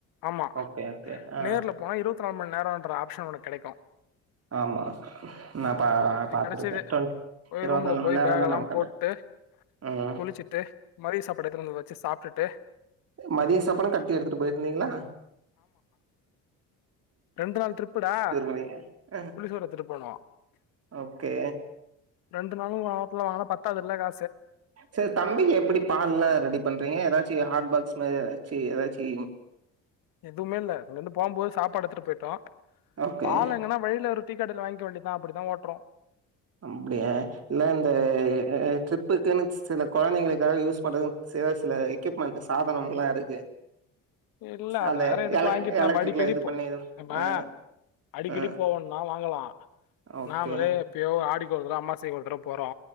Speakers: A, on the left (about 75°); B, on the right (about 45°).
A: ஆமா
B: ஓகே ஓகே ஆ
A: நேர்ல போனா இருவத்தி நால் மண் நேரொன்ற ஆப்ஷன் ஒனக்கெடைக்கு
B: ஆமா நான் பா
A: <unintelligible>
B: பாத்துருக்கேன்
A: கெடச்சது
B: டுவென்
A: போய்
B: இருபத்தி
A: ரூம்ல
B: நாலு
A: போய்
B: மணி நேரம்
A: பேக்
B: தான்
A: எல்லாம்
B: நமக்கு
A: போட்டு
B: அந்த ம்
A: குளிச்சுட்டு மதிய சாப்பாடு எடுத்துன்னு வந்தத வச்சு சாப்ட்டுட்டு
B: மதிய சாப்பாடு கட்டி எடுத்துட்டு போயிருந்தீங்ளா?
A: ரெண்டு நாள் ட்ரிப்புடா
B: போனீங்க ஆ
A: புளி சோறு எத்துட்டு போனோ
B: ஓகே
A: ரெண்டு நாளு‌ ஹோட்டல்ல வாங்குனா பத்தாதுல்ல கா
B: சேர் தம்பிக்கு எப்பிடி பால்ல ரெடி பண்றீங்க எதாச்சு ஹாட் பாக்ஸ் மார் எதா ச்சி எதாச்சி
A: எதுவ்மே இல்ல அங்கந்து போம்போது சாப்பாடு எத்துட்டு போயிட்டோ
B: ஓகே
A: பால் எங்கனா வழில ஒரு டீக்கடைல வாங்கிக்க வேண்டி தா அப்புடிதா ஓட்றோ
B: அப்டியா இல்ல இந்த ட்ரிப்பு க்குனு சில கொழந்தைங்களுக்காக யூஸ் பண்றதுன் சில சில எக்யூப்மெண்ட் சாதனம்லா இருக்கு
A: இல்ல அத
B: அந்த
A: வேற எதுக்கு
B: எலக்
A: வாங்கிட்டு
B: எலக்ட்ரிக்ல
A: நம்ப அடிக்கடி
B: இது
A: போ
B: பண்ணி இது
A: நம்ம
B: ஆ
A: அடிக்கடி
B: ஆ
A: போவோன்னா வாங்கலா
B: ஓகே.
A: நாமளே எப்பயோ ஆடிக் கு ஒரு தட அம்மாசைக்கு ஒரு தடவ் போறோ